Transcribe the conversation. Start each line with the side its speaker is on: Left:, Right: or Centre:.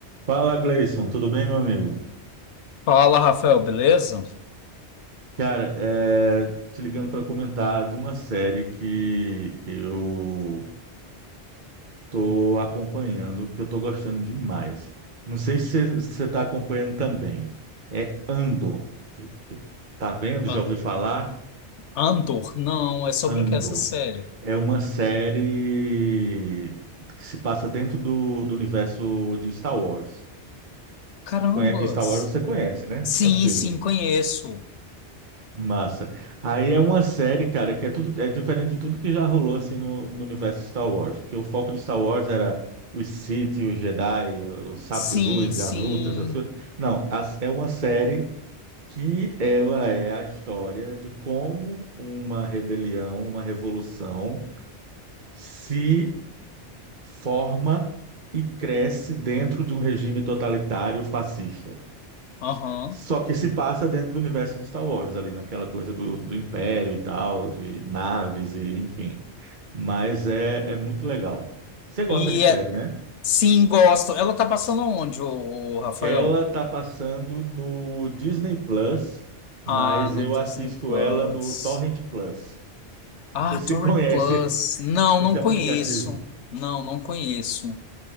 Right: Fala, Gleison, tudo bem, meu amigo?
Left: Fala, Rafael, beleza?
Right: Cara, é, te ligando para comentar de uma série que eu tô acompanhando, que eu tô gostando demais. Não sei se você está acompanhando também. É Andor. Tá vendo?
Left: A-
Right: Já ouviu falar?
Left: Andor? Não, é sobre
Right: Andor.
Left: o que é essa série?
Right: É uma série que se passa dentro do, do universo de Star Wars.
Left: Carambas!
Right: Conhe- Star Wars você conhece, né?
Left: Sim,
Right: Não é possível.
Left: sim, conheço.
Right: Massa. Aí é uma série, cara, que é tudo é diferente de tudo que já rolou assim no, no universo de Star Wars, porque o foco de Star Wars era os Sith, os Jedi, o, o sabre
Left: Sim,
Right: de luz,
Left: sim.
Right: a luta, essas coisas. Não, a- é uma série que ela é a história de como uma rebelião, uma revolução se forma e cresce dentro de um regime totalitário fascista.
Left: Aham.
Right: Só que se passa dentro do universo de Star Wars, ali naquela coisa do, do Império e tal, de naves e enfim. Mas é, é muito legal. Você gosta
Left: E
Right: de série,
Left: é-
Right: né?
Left: sim, gosto. Ela tá passando onde, o, Rafael?
Right: Ela tá passando no Disney Plus, mas
Left: Ah, no
Right: eu
Left: Disney
Right: assisto
Left: Plus.
Right: ela no Torrent Plus.
Left: Ah,
Right: Não sei se
Left: Torrent
Right: você <laughs> conhece
Left: Plus.
Right: esse,
Left: Não,
Right: esse
Left: não
Right: aplicativo.
Left: conheço. Não, não conheço.